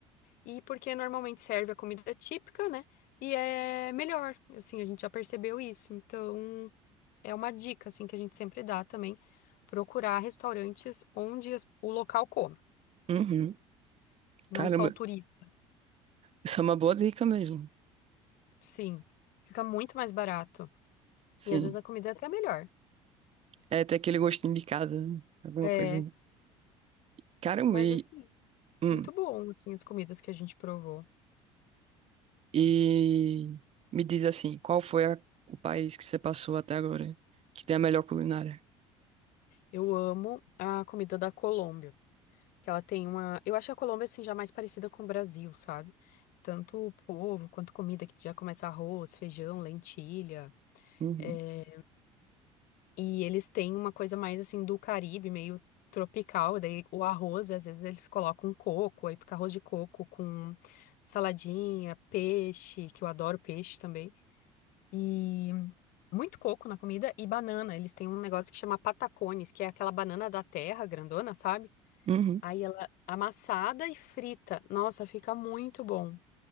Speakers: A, on the left; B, on the right.
A: e porque normalmente serve a comida típica, né? E é melhor, assim, a gente já percebeu isso. Então, é uma dica, assim, que a gente sempre dá também, procurar restaurantes onde as- o local come,
B: Uhum.
A: não
B: Caramba,
A: só o turista.
B: isso é uma boa dica mesmo.
A: Sim, fica muito mais barato.
B: Sim.
A: E às vezes a comida é até melhor.
B: É ter aquele gostinho de casa, né? Alguma
A: É,
B: coisa. Caramba,
A: mas
B: e,
A: assim,
B: hum,
A: muito bom, assim, as comidas que a gente provou.
B: e me diz assim, qual foi a- o país que você passou até agora que tem a melhor culinária?
A: Eu amo a comida da Colômbia, que ela tem uma... Eu acho a Colômbia, assim, já mais parecida com o Brasil, sabe? Tanto o povo quanto comida que já começa arroz, feijão, lentilha.
B: Uhum.
A: é, E eles têm uma coisa mais, assim, do Caribe, meio tropical. Daí o arroz, às vezes eles colocam coco, aí fica arroz de coco com saladinha, peixe, que eu adoro peixe também. e muito coco na comida e banana. Eles têm um negócio que chama patacones, que é aquela banana da terra grandona, sabe?
B: Uhum.
A: Aí ela amassada e frita. Nossa, fica muito bom.